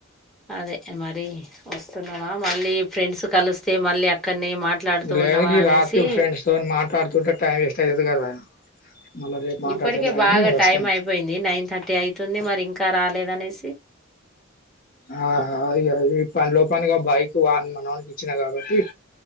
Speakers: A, in the centre; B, on the left.
A: అదే మరి వస్తున్నావా మళ్ళీ ఫ్రెండ్స్ కలిస్తే మళ్ళీ అక్కడనే మాట్లాడుతూ
B: లేదు
A: ఉన్నావా
B: ఈ
A: అనేసి
B: రాత్రి ఫ్రెండ్స్ తోని మాట్లాడుతుంటే టైమ్ వేస్ట్ అయధు కదా మళ్ళీ రేపు మాట్లాడితే
A: ఇప్పటికే బాగా
B: నేను వస్తాను
A: టైం అయిపోయింది నైన్ థర్టీ అయితుంది మరి ఇంకా రాలేదనే సే
B: ఆ అ ఇక పని లో పనికిగా బైక్ వాన్ మనవానికి ఇచ్చినా కాబట్టి